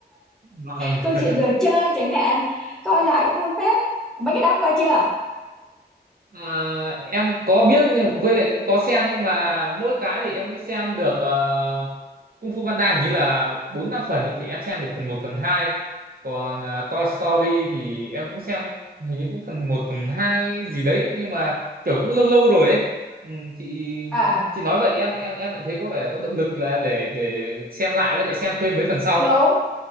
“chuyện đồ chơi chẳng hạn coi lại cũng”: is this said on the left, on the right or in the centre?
Centre